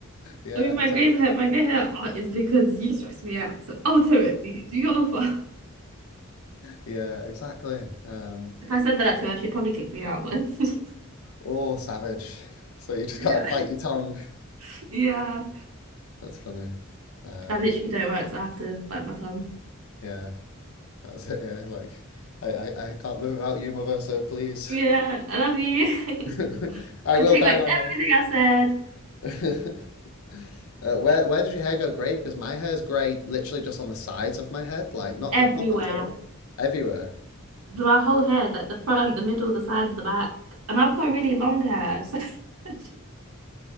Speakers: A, on the left; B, on the right.
A: Yeah,
B: I mean, my grey hair, My grey hair are- is because you stress me out. So ultimately, it's your <laughs> fault.
A: Yeah, exactly. Um,
B: If I said that to her, she'd probably kick me out. But <laughs>
A: oh, savage. So you just
B: Yeah.
A: gotta bite your tongue.
B: <laughs> yeah,
A: That's funny. Um,
B: I literally don't work, so I have to bite my tongue.
A: yeah, that's it. Yeah, like I, I, I can't live without you, mother. So please,
B: Yeah, I love you. <laughs>
A: <laughs> I
B: I
A: will
B: take
A: dye
B: back everything
A: my
B: I said.
A: hair. <laughs> Uh, where where does your hair go grey? Because my hair is grey literally just on the sides of my head, like not
B: everywhere.
A: on the top at all. Everywhere.
B: My whole head, like the front, the middle, the sides, the back. And I've got really long hair. So <laughs>